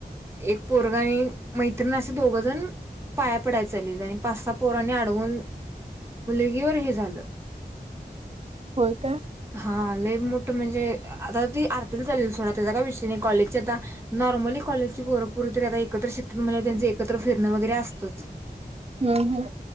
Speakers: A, on the right (about 15°); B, on the right (about 40°).
A: एक पोरगा आणि मैत्रिणी असे दोघं जण. पाया पडाय चालल आणि पाच स पोराने अडवून मुलगीवर हे झालं.
B: होय का.
A: हा लय मोठं म्हणजे आता ती आरती चालेल, सोडा त्याचा काय विषय नाही कॉलेजचे आता नॉर्मली. कॉलेजची पोरपुरी तरी आता एकत्र शिकतात, म्हणजे त्यांच एकत्र फिरण वगैरे असतंच.
B: हम्म हम्म.